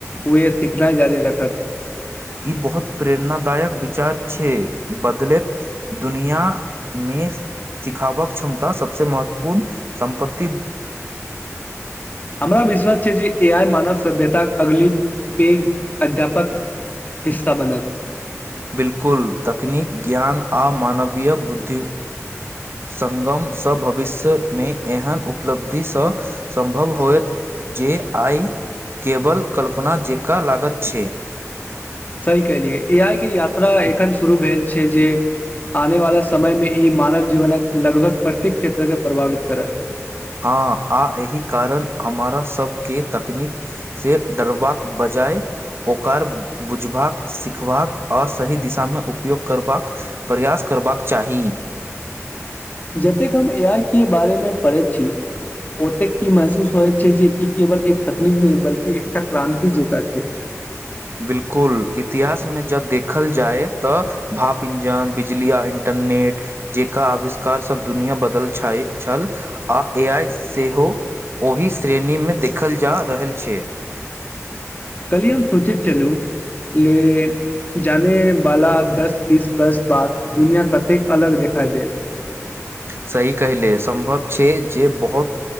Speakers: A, on the left (about 30°); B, on the right (about 50°).
A: हुए सिखनाइ जारी रखत
B: ई बहुत प्रेरणादायक विचार छै बदलैत दुनिया मे सिखावक क्षमता सभसँ महत्वपूर्ण संपति
A: हमरा विश्वास छै जे ए आइ मानव सभ्यताक अगली पैघ अध्यापक हिस्सा बनत
B: बिलकुल तकनीक ज्ञान आ मानवीय बुद्धि संगमसँ भविष्यमे एहन उप उपलब्धिसँ सम्भव होयत जे आइ केबल कल्पना जेकाँ लागत छै
A: सही कहलियै ए आइ के यात्रा एखन शुरू भेल छै जे आने वाला समय में ई मानव जीवनक लगभग प्रत्येक क्षेत्र के प्रभावित करत
B: हँ आ एहि कारण हमरा सभके तकनीक से डरबाक बजाय ओकर बुझबाक सिखबाक असहित दिशामे उपयोग करबाक प्रयास करबाक चाही
A: <inaudible> जतेक हम ए आइ के बारे मे पढ़ै छी ओतेक ई महसूस होइ छै जे ई के बल एक तकनीक नहि बलि एकटा क्रान्ति जेका छै
B: बिलकुल इतिहासमे जब देखल जाय तऽ भाप इंजन बिजली आ इं इन्टरनेट जेका आविष्कार सब दुनिया बदल छल आ ए आइ सेहो ओहि श्रेणीमे देखल जा रहल छै
A: कली हम सोचैत छलू ले जाने वाला दस बीस वर्ष बाद दुनिया कतेक अलग देखाई देत <inaudible>
B: सही कहले सम्भव छै जे बहुत